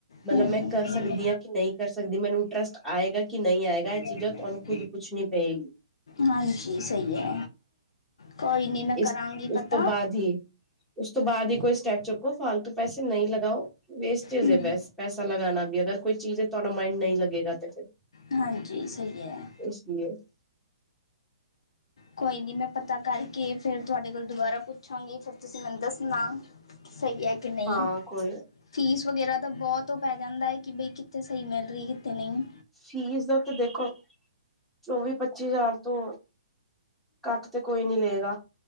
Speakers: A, in the centre; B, on the left.
A: ਮਤਲਬ
B: ਹੂੰ
A: ਮੈਂ
B: ਹੂੰ
A: ਕਰ ਸਕਦੀ ਹਾਂ, ਕਿ ਨਹੀਂ ਕਰ ਸਕਦੀ, ਮੈਨੂੰ ਇੰਟਰਸਟ ਆਏਗਾ, ਕਿ ਨਹੀਂ ਆਏਗਾ।
B: <unintelligible>
A: ਚੀਜ਼ਾਂ ਤੁਹਾਨੂੰ ਖੁਦ ਪੁੱਛਣੀ ਪਏਗੀ
B: ਹਾਂਜੀ ਸਹੀ ਹੈ। ਕੋਈ ਨੀ ਮੈਂ
A: ਇਸ
B: ਕਰਾਂਗੀ
A: ਉਸ
B: ਪਤਾ।
A: ਤੋਂ ਬਾਅਦ ਹੀ ਉਸ ਤੋਂ ਬਾਅਦ ਹੀ ਕੋਈ ਸਟੈਪ ਚੁੱਕੋ ਫਾਲਤੂ ਪੈਸੇ ਨਹੀਂ ਲਗਾਓ। ਵੇਸਟਜ
B: ਹੂੰ
A: ਹੈ ਬਸ ਪੈਸਾ ਲਗਾਣਾ ਵੀ ਅਗਰ ਕੋਈ ਚੀਜ਼ ਤੁਹਾਡਾ ਮਾਈੰਡ ਨਹੀਂ ਲੱਗੇਗਾ ਤੇ ਫਿਰ
B: ਹਾਂਜੀ, ਸਹੀ ਹੈ।
A: ਇਸ ਲਈਏ
B: ਕੋਈ ਨਹੀਂ ਮੈਂ ਪਤਾ ਕਰਕੇ ਫਿਰ ਤੁਹਾਡੇ ਕੋਲ ਦੁਬਾਰਾ ਪੁੱਛਾਂਗੀ ਫਿਰ ਤੁਸੀਂ ਮੰ ਦੱਸਣਾ ਸਹੀ ਹੈ ਕਿ ਨਹੀਂ।
A: ਹਾਂ ਕੋਈ
B: ਫੀਸ ਵਗੈਰਾ ਤਾਂ ਬਹੁਤ ਉਹ ਪੈ ਜਾਂਦਾ ਹੈ ਕਿ ਬਈ ਕਿੱਥੇ ਸਹੀ ਮਿਲ ਰਹੀ, ਕਿੱਥੇ ਨਹੀਂ?
A: ਫੀਸ ਦਾ ਤੇ ਦੇਖੋ ਚੌਵੀ-ਪੱਚੀ ਹਜ਼ਾਰ ਤੋਂ ਘੱਟ ਤੇ ਕੋਈ ਨੀ ਲਏਗਾ।